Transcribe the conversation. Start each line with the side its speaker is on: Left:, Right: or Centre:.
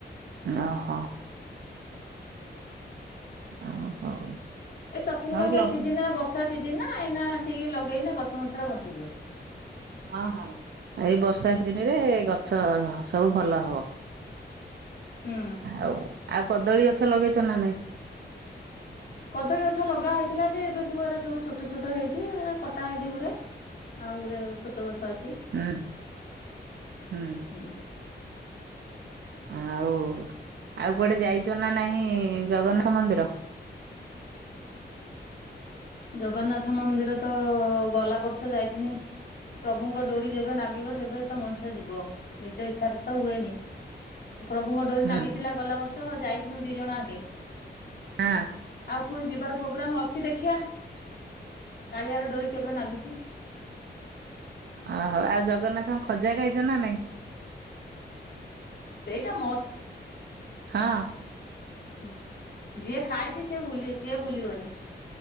Right: ଓହୋ। ଆଉ ହଉ।
Left: ଏ ଚତୁର୍ମାସିଆ
Right: ହଉ ଲଗେ
Left: ସିଜିନ ଆ ବର୍ଷା ସିଜିନ ନା ଏଇନା ଟିକେ ଲଗେଇନେ ଗଛ ମୁଛରା ବଞ୍ଚିଯିବ।
Right: ହଁ ହଁ ଏଇ ବର୍ଷା ସିଜିନ ରେ ଗଛ ସବୁ ଭଲ ହବ।
Left: ହୁଁ।
Right: ଆଉ ଆଉ କଦଳୀ ଗଛ ଲଗେଇଛ ନା ନାଇଁ?
Left: କଦଳୀ ଗଛ ଲଗା ହେଇଥିଲା ଯେ ଏବେ ସବୁ ଏରା ସବୁ ଛୋଟ ଛୋଟ ହେଇଛିଏରା କଟା ହେଇଛି ଗୁରେ। ଆଉ ଗୋଟେ ଛୋଟ ଗଛ ଅଛି।
Right: ହୁଁ ହୁଁ
Left: ହୁଁ
Right: ଆଉ ଆଉ କୁଆଡେ ଯାଇଛ ନା ନାହିଁ ଜଗନ୍ନାଥ ମନ୍ଦିର।
Left: ଜଗନ୍ନାଥ ମନ୍ଦିର ତ ଗଲା ବର୍ଷ ଯାଇଥିନି। ପ୍ରଭୁଙ୍କ ଡୋରି ଯେବେ ନାଗିବ ସେବେ ତ ମଣିଷ ଯିବ ନିଜ ଇଚ୍ଛାରେ ତ ହୁଏନି। ପ୍ରଭୁଙ୍କ ଡୋରି
Right: ହୁଁ
Left: ନାଗିଥିଲା ଗଲା ବର୍ଷ ଯାଇଥିଲୁ ଦି ଜଣ ଆଙ୍କେ।
Right: ଆଁ
Left: ଆଉ ଫୁଣି ଯିବାର ପ୍ରୋଗ୍ରାମ୍ ଅଛି ଦେଖିଆ। କାଳିଆର ଡୋରି କେବେ ନାଗୁଛି।
Right: ଓହୋ ଆଉ ଜଗନ୍ନାଥଙ୍କ ଖଜା ଖାଇଛ ନା ନାଇଁ?
Left: ସେଇଟା ମସ୍ତ।
Right: ହଁ
Left: ହୁଁ ଯିଏ ଖାଇଛି ସେ ଭୁଲି ସିଏ ଭୁଲିବନି।